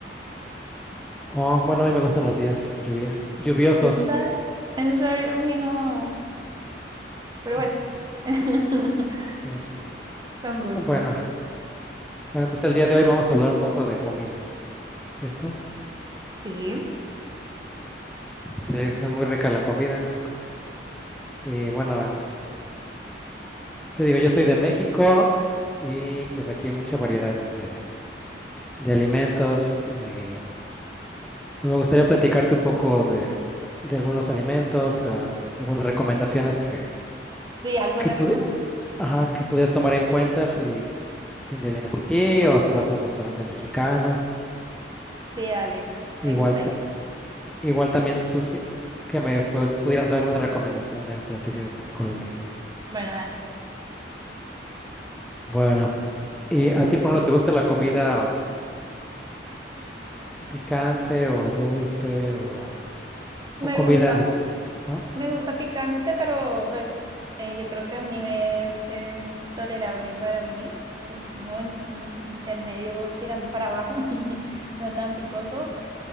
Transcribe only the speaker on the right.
¿En serio? En serio, a mí no, pero
bueno,
<laughs>
son gustos.
Sí.
Sí, alguna
recomendación.
Sí, dale, me
gustaría.
Bueno, dale.
Me
gusta
Me gusta picante, pero pues eh, yo creo que a un nivel eh, tolerable para mí. Es uno en- mm, intermedio tirando para abajo, <laughs> no tan picoso.